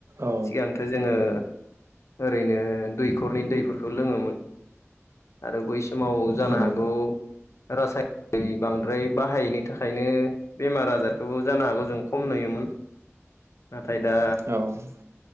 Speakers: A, on the right; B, on the left.
A: औ
B: सिगां थो जोङो ओरैनो दैखरनि दैफोरखौ लोङोमोन आरो बै समाव जानो
A: उम
B: हागौ रासायन दै बांद्राय बाहायैनि थाखायनो बेमार आजारखौबो जानो हागौ जों खम नुयोमोन। नाथाय दा
A: औ औ